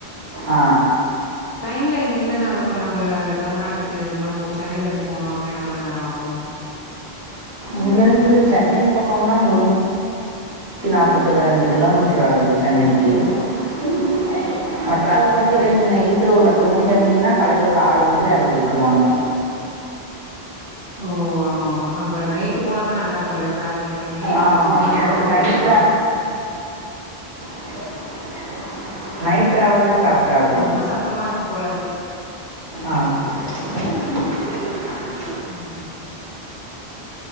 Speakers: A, on the right (about 45°); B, on the left (about 50°).
A: ஆ
B: ட்ரெயின்ல இங்கிருந்து நாங்க இப்ப நம்ப தமிழ்நாட்டுக்கு பே அப்டில்லா போ இப்போ சென்னையில இருந்து போணும் அப்படின்னா எவ்வளோ நேரோ ஆகூ
A: இங்கருந்து சென்னை போனோம்னா முன்னூத்தித்தி நாற்பத்தி ரெண்டு கிலோமீட்டர் ஆகுது சென்னைக்கு <unintelligible>
B: ஓகே ஓகே. ஸ்
A: நைட்டு ஒரு பத்து மணிக்கு சனிங்கன்னா காலையில ஒரு ஆறு மணில எறக்கி விட்ருவாங்க
B: ஓ ஆமாம்மா நம்ப நைட்டு போனதா நல்லா இருக்கும்ல டிராவலிங் எப்பவுமே
A: ஆமாம்மா
B: நம்ம தூங்கிட்டே
A: நம்மளுக்கு
B: கூட போயிட்லா
A: நைட் உ நைட் டிரவல் தா கரெக்டா இருக்கு
B: இது ரொம்ப சத்தமா இருக்கு போல இருக்கு.
A: ஆஹ் <unintelligible>
B: உம்